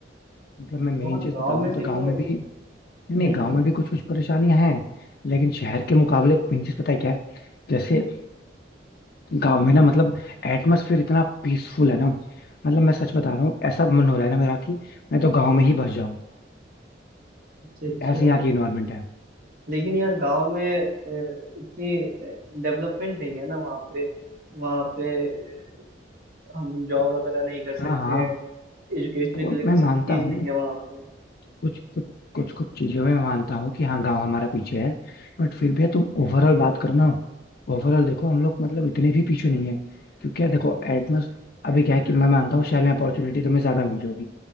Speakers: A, on the left (about 55°); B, on the right (about 50°).
A: मतलब मैं मेन
B: और
A: चीज
B: गांव
A: बताऊँ
B: में
A: ना
B: से
A: तो गांव
B: तो
A: में भी नहीं
B: हम्म,
A: नहीं गांव में भी कुछ कुछ परेशानियां हैं लेकिन शहर के मुकाबले मेन चीज पता है क्या है जैसे गांव में ना मतलब एटमोसफियर इतना पीसफुल है ना मतलब मैं सच बता रहा हूँ ऐसा मन हो रहा है ना मेरा कि मैं तो गांव में ही बस जाऊं
B: अच्छा अच्छा
A: ऐसी यहाँ की इन्वायरमेंट है
B: लेकिन यार गांव में अ, इतनी डेवलपमेंट नहीं है ना वहाँ पे वहाँ पे अ, हम जॉब वगैरह नहीं कर सकते
A: हाँ हाँ
B: हैं एजुकेशन
A: तो
B: के लिए फैसिलिटीज
A: मैं मानता हूँ
B: नहीं है वहाँ पे
A: कुछ कुछ कुछ कुछ चीजों में मैं मानता हूँ कि हाँ गांव हमारा पीछे है बट फिर भी यार तुम ओवरऑल बात करो ना ओवरऑल देखो हम
B: हम्म
A: लोग मतलब इतने भी पीछे नहीं है क्योंकि यार देखो एटमोस्ट अभी क्या है कि मैं मानता हूँ शहर में अपॉर्चुनिटी तुम्हें ज्यादा मिल होगी